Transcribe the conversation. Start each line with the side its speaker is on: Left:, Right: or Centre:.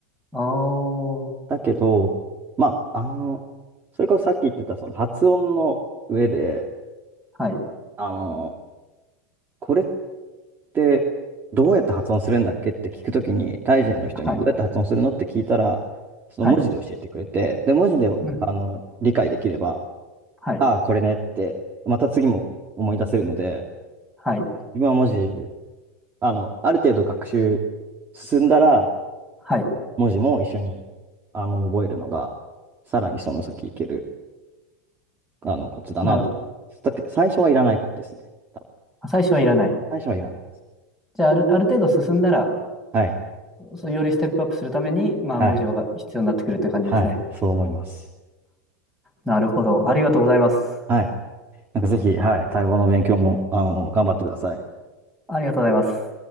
Centre: ああー、
Right: だけど、まあ、あの、それこそさっき言ってたその発音の上で、
Centre: はい、
Right: あの、これってどうやって発音するんだっけって聞くときに、タイ人の人にどうやって発音するのって聞いたら、
Centre: はい、
Right: その文字で教えてくれて、
Centre: はい、
Right: で、文字で、
Centre: うん、
Right: あの、理解できれば、
Centre: はい、
Right: ああ、これねって、また次も思い出せるので、
Centre: はい、
Right: 自分は文字あの、ある程度学習進んだら、
Centre: はい。
Right: 文字も一緒に、あの、覚えるのが、さらにその先いける、あの、コツだなとは思います。
Centre: なる、
Right: だけど、最初はいらないですね。多分。
Centre: 最初はいらない。
Right: 最初はいらないです。
Centre: じゃあ、ある、ある程度進んだら、
Right: はい。
Centre: そう、よりステップアップするために、まあ、
Right: はい。
Centre: 文字が必要になってくるという感じですね。
Right: はい。そう思います。
Centre: なるほど。ありがとうございます。
Right: はい。なんかぜひ、はい。タイ語の勉強も、あの、頑張ってください。
Centre: ありがとうございます。